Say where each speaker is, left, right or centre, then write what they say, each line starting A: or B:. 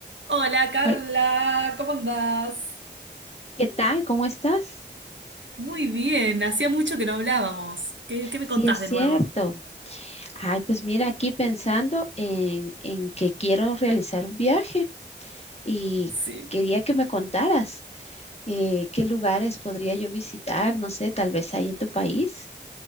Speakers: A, on the right (about 80°); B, on the left (about 35°).
A: Hola Carla,
B: Hola,
A: ¿cómo andás?
B: ¿qué tal? ¿Cómo estás?
A: Muy bien, hacía mucho que no hablábamos. ¿Qué, qué me
B: Sí,
A: contás
B: es cierto.
A: de nuevo?
B: Ay, pues mira, aquí pensando en, en que quiero realizar un viaje y
A: Sí.
B: quería que me contaras eh, qué lugares podría yo visitar, no sé, tal vez ahí en tu país.